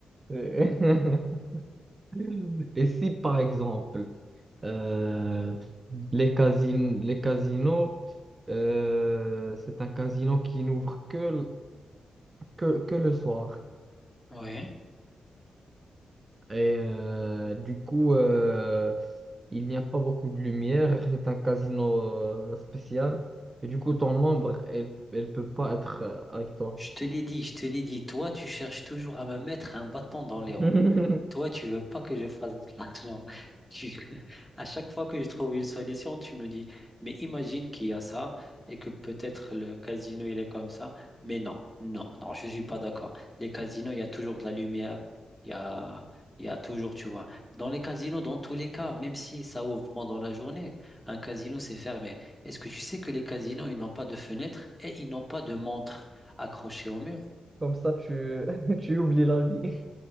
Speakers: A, on the right; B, in the centre.
A: Euh, <laughs> Et si, par exemple, euh, les casinos, les casinos, euh, c'est un casino qui n'ouvre que, l- que, que le soir.
B: Ouais.
A: Et euh, du coup, euh, il n'y a pas beaucoup de lumière. C'est un casino euh, spécial. Et du coup, ton ombre, elle ne peut pas être euh, avec toi.
B: Je te l'ai dit, je te l'ai dit, toi, tu cherches toujours à me mettre un bâton dans
A: <laughs>
B: les roues. Toi, tu veux pas que je fasse de l'argent. Tu... <laughs> À chaque fois que je trouve une solution, tu me dis, mais imagine qu'il y a ça et que peut-être le casino, il est comme ça. Mais non, non, non, je suis pas d'accord. Les casinos, il y a toujours de la lumière. Il y a, il y a toujours, tu vois. Dans les casinos, dans tous les cas, même si ça ouvre pendant la journée, un casino, c'est fermé. Est-ce que tu sais que les casinos, ils n'ont pas de fenêtre et ils n'ont pas de montre? accroché au mur.
A: Comme ça, tu, <laughs> tu oublies la vie.